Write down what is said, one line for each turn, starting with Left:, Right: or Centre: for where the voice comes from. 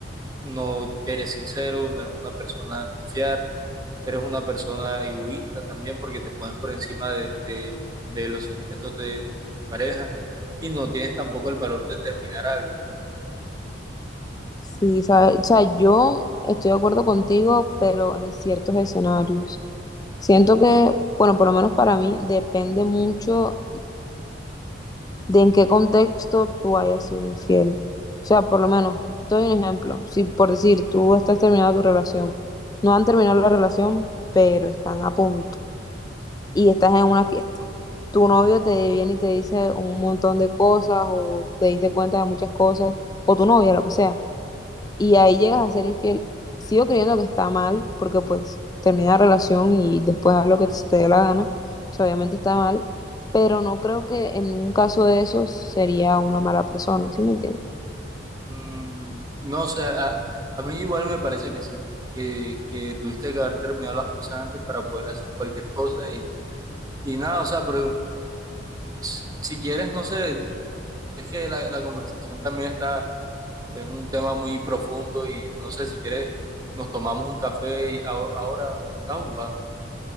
Right: no eres sincero, no eres una persona a confiar eres una persona egoísta también porque te pones por encima de, de- de los sentimientos de tu pareja y no tienes tampoco el valor de terminar algo.
Left: Sí, sabe- o sea, yo estoy de acuerdo contigo, pero en ciertos escenarios. Siento que, bueno, por lo menos para mí, depende mucho de en qué contexto tú hayas sido infiel. O sea, por lo menos, te doy un ejemplo. Si por decir, tú estás terminando tu relación, no han terminado la relación, pero están a punto y estás en una fiesta. Tu novio te viene y te dice un montón de cosas o te diste cuenta de muchas cosas, o tu novia, lo que sea y ahí llegas a ser infiel, sigo creyendo que está mal, porque pues termina la relación y después haz lo que se te dé la gana, o sea, obviamente está mal, pero no creo que en un caso de esos sería una mala persona, ¿sí me entiendes?
Right: Mm, no sé, a, a mí igual me parece que sí, que, que tuviste que haber terminado las cosas antes para poder hacer cualquier cosa y, y nada, o sea, pero si, si quieres, no sé, es que la, la conversación también está, es un tema muy profundo y no sé si quieres, nos tomamos un café y ahora ahora estás ocupada.